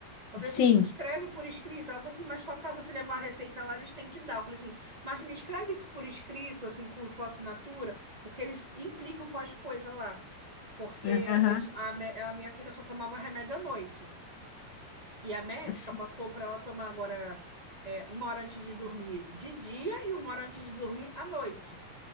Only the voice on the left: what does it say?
Sim.
Aham.
S-